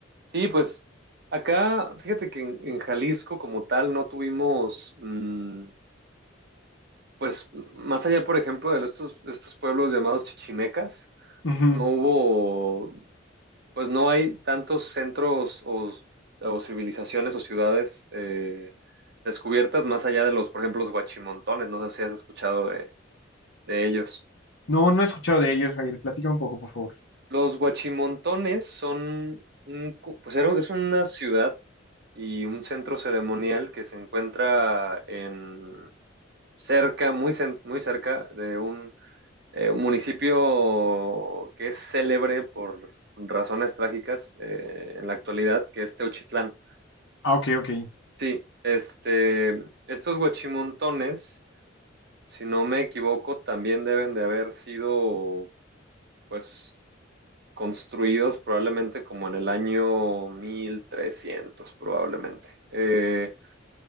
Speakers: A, on the right; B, on the left.
A: Sí, pues acá, fíjate que en, en Jalisco como tal no tuvimos, mm, pues más allá, por ejemplo, de estos, estos pueblos llamados chichimecas.
B: ujú.
A: No hubo, pues no hay tantos centros o, o civilizaciones o ciudades eh, descubiertas más allá de los, por ejemplo, los huachimontones. No sé si has escuchado de, de ellos.
B: No, no he escuchado de ellos, Jair. Platica un poco, por favor.
A: Los huachimontones son un, cu- pues era- es una ciudad y un centro ceremonial que se encuentra en cerca, muy, cen- muy cerca de eh, un municipio que es célebre por razones trágicas eh, en la actualidad, que es Teuchitlán.
B: Ah, ok, ok.
A: Sí, este, estos huachimontones, si no me equivoco, también deben de haber sido, pues, construidos probablemente como en el año 1300 probablemente. Eh,